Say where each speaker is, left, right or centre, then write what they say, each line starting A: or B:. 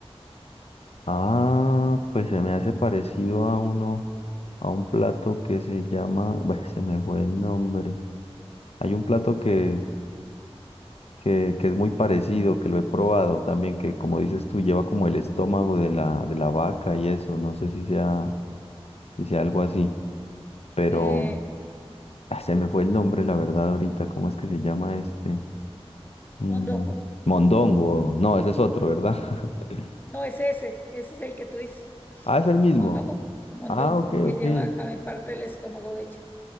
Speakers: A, on the left (about 70°); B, on the left (about 15°).
A: Ah, pues se me hace parecido a uno, a un plato que se llama, bueno, se me fue el nombre. Hay un plato que, que, que es muy parecido, que lo he probado también, que como dices tú, lleva como el estómago de la, de la vaca y eso, no sé si sea, si sea algo así, pero
B: Eh,
A: ah, se me fue el nombre, la verdad, ahorita, ¿cómo es que se llama este? Mm,
B: mondongo,
A: mondongo, no, ese es otro, ¿verdad? <laughs>
B: no, ese, ese, ese es el que tú dices,
A: Ah, es el mismo.
B: mondongo. Mondongo,
A: Ah, ok,
B: el que
A: ok.
B: lleva también parte del estómago de ella.